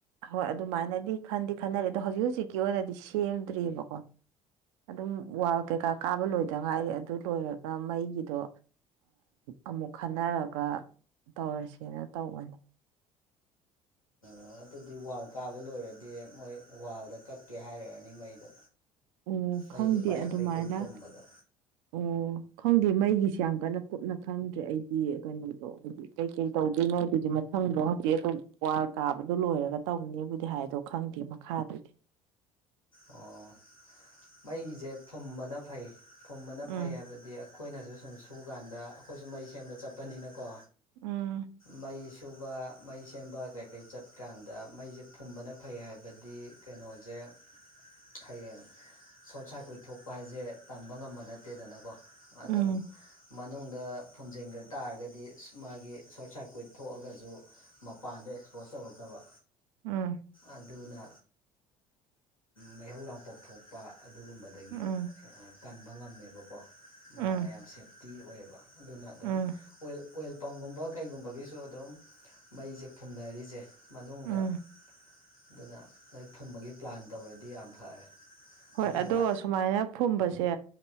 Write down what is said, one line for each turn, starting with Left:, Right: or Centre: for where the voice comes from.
Right: ꯍꯣꯏ ꯑꯗꯨꯃꯥꯏꯅꯗꯤ ꯈꯟꯗꯤ ꯈꯟꯅꯔꯤꯦ ꯑꯗꯣ ꯍꯧꯖꯤꯛ ꯍꯧꯖꯤꯛꯀꯤ ꯑꯣꯏꯅꯗꯤ ꯁꯦꯝꯗ꯭ꯔꯤꯑꯕꯀꯣ ꯑꯗꯨꯝ ꯋꯥꯜ ꯀꯩꯀꯥ ꯀꯥꯕ ꯂꯣꯏꯗꯉꯥꯏꯔ ꯑꯗꯨ ꯂꯣꯏꯔꯒ ꯃꯩꯒꯤꯗꯣ ꯑꯃꯨꯛ ꯈꯟꯅꯔꯒ ꯇꯧꯔꯁꯦꯅ ꯇꯧꯕꯅꯦ
Left: ꯑꯣ ꯑꯗꯨꯗꯤ ꯋꯥꯜ ꯀꯥꯕ ꯂꯣꯏꯔꯗꯤ ꯃꯣꯏ ꯋꯥꯜꯗ ꯀꯛꯀꯦ ꯍꯥꯏꯔꯛꯅꯤ ꯃꯩꯗꯣ
Right: ꯑꯣ
Left: ꯃꯩꯗꯤ
Right: ꯈꯪꯗꯦ
Left: ꯄꯥꯏꯌꯞ
Right: ꯑꯗꯨꯃꯥꯏꯅ
Left: ꯀꯩꯀꯩ ꯐꯣꯝꯕꯗꯣ
Right: ꯑꯣ ꯈꯪꯗꯦ ꯃꯩꯒꯤꯁꯤ ꯌꯥꯝ ꯀꯟꯅ ꯀꯨꯞꯅ ꯈꯪꯗ꯭ꯔꯦ ꯑꯩꯗꯤ ꯀꯩꯅꯣꯗꯣ ꯍꯥꯏꯗꯤ ꯀꯩꯀꯩ ꯇꯧꯗꯣꯏꯅꯣ ꯑꯗꯨꯗꯤ ꯃꯊꯪꯗꯣ ꯍꯧꯖꯤꯛ ꯑꯗꯨꯝ ꯋꯥꯔ ꯀꯥꯕꯗꯨꯣ ꯂꯣꯏꯔꯒ ꯇꯧꯅꯦꯕꯨꯗꯤ ꯍꯥꯏꯗꯣ ꯈꯪꯗꯦ ꯃꯈꯥꯗꯨꯗꯤ
Left: ꯑꯣ ꯃꯩꯒꯤꯁꯦ ꯐꯨꯝꯕꯅ ꯐꯩ ꯐꯨꯝꯕꯅ
Right: ꯎꯝ
Left: ꯐꯩ ꯍꯥꯏꯕꯗꯤ ꯑꯩꯈꯣꯏꯅꯁꯨ ꯁꯨꯝ ꯁꯨꯀꯥꯟꯗ ꯑꯩꯈꯣꯏꯁꯨ ꯃꯩ ꯁꯦꯝꯕ ꯆꯠꯄꯅꯤꯅꯀꯣ
Right: ꯎꯝ
Left: ꯃꯩ ꯁꯨꯕ ꯃꯩ ꯁꯦꯝꯕ ꯀꯩ ꯀꯔꯤ ꯆꯠꯀꯥꯟꯗ ꯃꯩꯁꯦ ꯐꯨꯝꯕꯅ ꯐꯩ ꯍꯥꯏꯕꯗꯤ ꯀꯩꯅꯣꯁꯦ ꯍꯌꯦꯡ ꯁꯣꯔꯠ ꯁꯥꯔꯀ꯭ꯋꯤꯠ ꯊꯣꯛꯄ ꯍꯥꯏꯁꯦ ꯇꯝꯕ ꯉꯝꯕ ꯅꯠꯇꯦꯗꯅꯀꯣ ꯑꯗꯨꯝ
Right: ꯎꯝ
Left: ꯃꯅꯨꯡꯗ ꯐꯨꯝꯖꯤꯟꯈ꯭ꯔ ꯇꯥꯔꯒꯗꯤ ꯃꯥꯒꯤ ꯁꯣꯔꯠ ꯁꯥꯔꯀ꯭ꯋꯤꯠ ꯊꯣꯛꯑꯒꯁꯨ ꯃꯄꯥꯟꯗ ꯑꯦꯛꯁꯄꯣꯖ ꯇꯧꯔꯛꯇꯕ
Right: ꯎꯝ
Left: ꯑꯗꯨꯅ ꯃꯩꯍꯧ ꯂꯥꯡꯄꯣꯛ ꯊꯣꯛꯄ ꯑꯗꯨꯒꯨꯝꯕꯗ ꯑꯗꯒꯤ
Right: ꯎꯝ
Left: ꯀꯟꯕ ꯉꯝꯃꯦꯕꯀꯣ ꯃꯥꯅ
Right: ꯎꯝ
Left: ꯌꯥꯝ ꯁꯦꯞꯇꯤ ꯑꯣꯏꯌꯦꯕ ꯑꯗꯨꯅ ꯑꯗꯨꯝ
Right: ꯎꯝ
Left: ꯑꯣꯏ ꯑꯣꯏ ꯇꯄꯝꯒꯨꯝꯕ ꯀꯩꯒꯨꯝꯕꯒꯤꯁꯨ ꯑꯗꯨꯝ ꯃꯩꯁꯦ ꯐꯨꯝꯅꯔꯤꯁꯦ ꯃꯅꯨꯡꯗ
Right: ꯎꯝ
Left: ꯑꯗꯨꯅ ꯅꯣꯏ ꯐꯨꯝꯕꯒꯤ ꯄ꯭ꯂꯥꯟ ꯇꯧꯔꯗꯤ ꯌꯥꯝ ꯐꯔꯦ
Right: ꯍꯣꯏ
Left: ꯑꯗꯨꯒ
Right: ꯑꯗꯣ ꯁꯨꯃꯥꯏꯅ ꯐꯨꯝꯕꯁꯦ